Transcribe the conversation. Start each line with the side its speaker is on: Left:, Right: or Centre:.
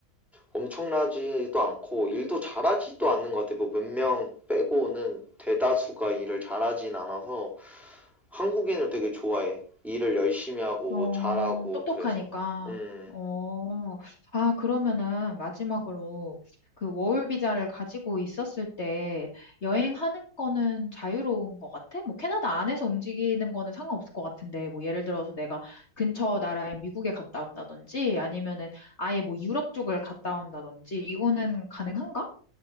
Centre: 엄청나지도 않고 일도 잘하지도 않는 것 같아요. 뭐 몇 명 빼고는 대다수가 일을 잘하진 않아서 한국인을 되게 좋아해. 일을 열심히 하고
Left: 어,
Centre: 잘하고
Left: 똑똑하니까.
Centre: 그래서. 음,
Left: 어, 아, 그러면은 마지막으로 그 워홀 비자를 가지고 있었을 때 여행하는 거는 자유로운 것 같아? 뭐 캐나다 안에서 움직이는 거는 상관없을 것 같은데, 뭐 예를 들어서 내가 근처 나라인 미국에 갔다 온다든지 아니면은 아예 뭐 유럽 쪽을 갔다 온다든지 이거는 가능한가?